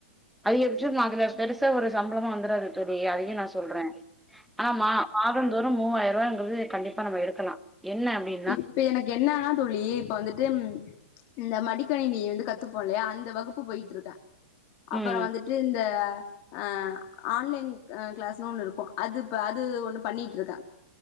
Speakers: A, in the centre; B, on the left (about 35°).
A: அதிகபட்சோ <unintelligible> பெருசா ஒரு சம்பளமு வந்துராது செரி அதையு நா சொல்றே ஆனா மா மாதம் தொறும் மூவாயிரறுவங்கிறது கண்டிப்பா நம்ம எடுக்கலா என்ன அப்டின்
B: இப்ப எனக்கு என்னன்னா தோழி இப்ப வந்துட்டும் இந்த மடிக்கணினிய வந்து கத்துப்போல்லையா அந்த வகுப்பு போயிட்ருக்கே அப்புறோ
A: ம்
B: வந்துட்டு இந்த அ ஆன்லைன் அ கிளாஸ்னு ஒண்ணு இருக்கு அது இப்ப அது ஒண்ணு பண்ணிட்ருக்கே